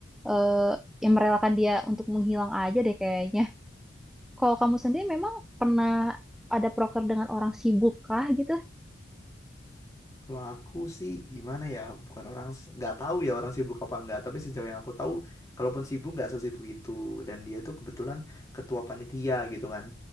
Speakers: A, in the centre; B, on the left.
A: eh, yang merelakan dia untuk menghilang aja deh kayaknya. Kalau kamu sendiri memang pernah ada proker dengan orang sibuk kah gitu?
B: Kalau aku sih gimana ya, bukan orang nggak tahu ya orang sibuk apa enggak, tapi sejauh yang aku tahu, kalaupun sibuk nggak sesibuk itu. Dan dia itu kebetulan ketua panitia gitu kan.